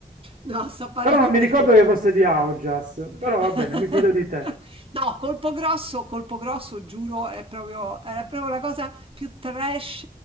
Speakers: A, on the right (about 40°); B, on the right (about 65°).
A: No, sto parlando
B: Però non mi ricordo
A: di...
B: che fosse di Augias, però
A: <laughs>
B: va bene, mi fido di te.
A: No, colpo grosso, colpo grosso, giuro, è proprio, era proprio la cosa più trash